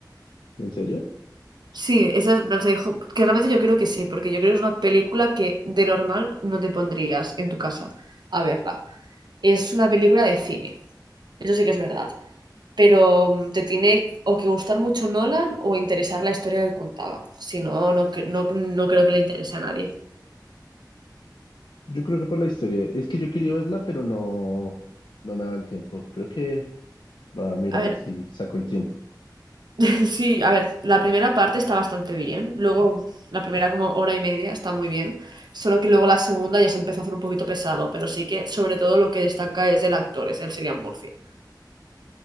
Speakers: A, on the left (about 85°); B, on the right (about 70°).
A: ¿En serio?
B: Sí, esa es- en plan, se dijo que realmente yo creo que sí, porque yo creo que es una película que de normal no te pondrías en tu casa a verla. Es una película de cine, eso sí que es verdad. pero mm, te tiene o que gustar mucho Nolan o interesar la historia que contaba. Si no, no, cre- no, no creo que le interese a nadie.
A: Yo creo que por la historia. Es que yo quería verla, pero no, no me ha dado el tiempo. Creo que va a mirar
B: A ver,
A: si saco el tiempo.
B: <laughs> sí, a ver, la primera parte está bastante bien. Luego, la primera como hora y media está muy bien. Solo que luego la segunda ya se empezó a hacer un poquito pesado, pero sí que sobre todo lo que destaca es el actor, es el Cillian Murphy.